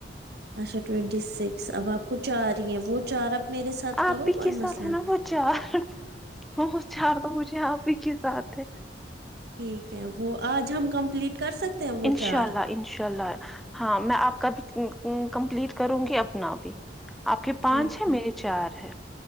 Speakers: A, on the right; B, in the centre.
A: اچھا ٹوینٹی سکس اب آپ کو چار ہی ہے وہ چار آپ میرے ساتھ کرو
B: آپ ہی
A: کوئی
B: کے
A: مسئلہ
B: ساتھ ہے نا وہ چار وہ چار تو مجھے آپ ہی کے ساتھ ہے
A: ٹھیک ہے وہ آج ہم کمپلیٹ کر سکتے ہیں وہ
B: انشاء
A: چار
B: اللہ انشاء اللہ ہاں میں آپ کا بھی کمپلیٹ کروں گی اپنا بھی آپ کے
A: ٹھیک
B: پانچ ہیں
A: ہے
B: میرے چار ہے